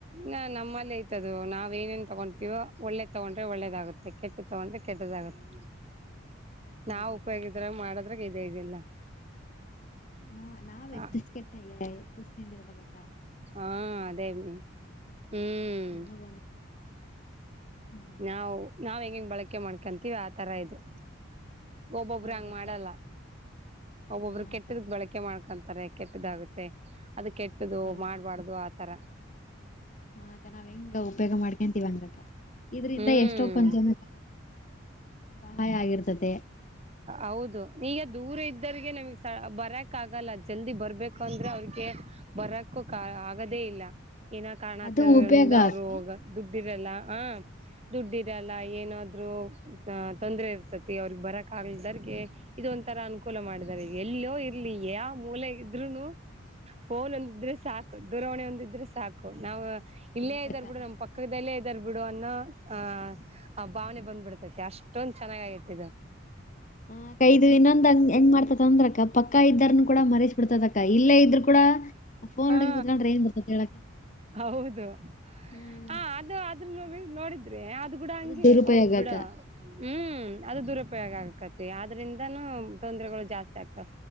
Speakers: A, on the right; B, on the left.
A: ನಾ ನಮ್ಮಲ್ಲಿ ಐತದು ನಾವ್ ಏನೇನ್ ತಗೊಂಡ ತಿವೋ ಒಳ್ಳೆ ತೊಗೊಂಡ್ರೆ ಒಳ್ಳೇದಾಗುತ್ತೆ ಕೆಟ್ಟು ತೊಗೊಂಡ್ರೆ ಕೆಟ್ಟದಾಗುತ್ತೆ.
B: ಹೌದಕ್ಕ
A: ನಾವ ಉಪಯೋಗಿದ್ರ ಮಾಡದ್ರಾಗ ಇದೇ ಇದಿಲ್ಲ.
B: ನಾ ನಾವ್
A: ಹ
B: ಹೆಚ್ಚಿಸ್ಕಟ್ಟ ಹೆಚ್ಚಿಸಕೊಂಡ ಇರ್ಬೇಕಕ್ಕ.
A: ಹಾ ಅದೇ ಅನ್ನಿ ಹ್ಮ್.
B: ನಮಗ ಒಂದು <inaudible>
A: ನಾವು ನಾವ್ ಹೆಂಗಿಂಗ್ ಬಳಕೆ ಮಾಡ್ಕೊಂತೀವಿ ಆತರ ಇದು. ಒಬ್ಬೊಬ್ಬರ
B: ಹೌದಕ್ಕ
A: ಹಂಗ್ ಮಾಡಲ್ಲ ಒಬ್ಬೊಬ್ಬರು
B: ಹಾ
A: ಕೆಟ್ಟದ
B: ಅಕ್ಕ
A: ಬಳಕೆ ಮಾಡ್ಕ ಅಂತಾರೆ ಕೆಟ್ಟದಾಗುತ್ತೆ ಅದು ಕೆಟ್ಟ್ದು
B: ಹೌದ
A: ಮಾಡ್ಬಾರ್ದು ಆತರ
B: ಹ ನಾವ್ ಹೆಂಗ ಉಪಯೋಗ ಮಾಡ್ತವಿ ಇದ್ವಿವಂಗಕ್ಕ ಇದ್ರಂದ
A: ಹ್ಮ್
B: ಎಷ್ಟೋ ಕೊಂಚನಕ್ಕ ಸಹಾಯ ಆಗಿರ್ತದೆ.
A: ಹೌದು ಈಗ ದೂರ ಇದ್ದರ್ರಿಗೆ ನಮಗ್ ಬರಕ್ ಆಗಲ್ಲ ಜಲ್ದಿ ಬರ್ಬೇಕಂದ್ರೆ ಅವ್ರಿಗೆ ಬರಕ್ಕು ಆಗದೇ ಇಲ್ಲ ಏನ ಕಾರಣತಗಳಿಂದ
B: ಅದು ಉಪಯೋಗ
A: ಅವ್ರು
B: ಅಕ್ಕ
A: ಹೋಗ ದುಡ್ಡಿರಲ್ಲ ಹ ದುಡ್ಡು ಇರಲ್ಲ ಏನಾದ್ರು ತೊಂದ್ರೆ ಇರ್ತತಿ ಅವ್ರಿಗೆ ಬರಕ್ ಆಗಲ್ದರ್ಗೆ. ಇದ ಒಂತರ ಅನುಕೂಲ ಮಾಡಿದಿದ್ದಾರೆ ಎಲ್ಲಯೋ ಇರ್ಲಿ ಯಾವ ಮೂಲೆ ಇದ್ರುನು ಫೋನ್ ಒಂದಿದ್ರೆ ಸಾಕು ದೂರವಾಣಿ ಒಂದಿದ್ರೆ ಸಾಕು ನಾವು ಇಲ್ಲೇ
B: ಹೌದಕ್ಕ
A: ಇದ್ದರ್ ಬಿಡು ನಮ್ಮ್ ಪಕ್ಕದಲ್ಲೇ ಇದ್ದರ್ ಬಿಡು ಅನ್ನೋ ಆಹ್ ಆ ಭಾವನೆ ಬಂದ್ಬಿಡ್ತೈತಿ ಅಷ್ಟ. ಅಷ್ಟೊಂದ್ ಚೆನ್ನಾಗ ಆತ್ತುದ್ದದು.
B: ಹ ಕೈದು ಇನ್ನೊಂದ್ ಹಂಗ್ ಹೆಂಗ್ ಮಾಡ್ತೈತಿ ಅಂದ್ರ ಅಕ್ಕ ಪಕ್ಕ ಇದ್ದಾರೂ ಕೂಡ ಮರಿಸಿ ಬಿಡ್ತೇತ್ ಅಕ್ಕಾ ಇಲ್ಲೇ ಇದ್ರು ಕೂಡ ಆಫೋನ್
A: ಹಾ
B: ಹುಡಗಿ ಕುತ್ಕೊಂಡ್ರ ಏನ್ ಬರ್ತತ್ ಹೇಳಕ್ಕ
A: ಹೌದು
B: ಹ್ಮ್
A: ಹಾ ಅದು ಆದ್ರ ನೋಡಿದ್ರೆ ಅದು ಬಿೂಡ ಹಂಗೆ
B: ದುರುಪಯೋಗ
A: ಹೌದ್ ಬಿಡು
B: ಅಕ್ಕ
A: ಹ್ಮ್ ಅದು ದುರುಪಯೋಗ ಆಗ್ಕತಿ ಆದ್ರಿಂದಾನೂ ತೊಂದರೆಗಳು ಜಾಸ್ತಿ ಆಗ್ತಾವ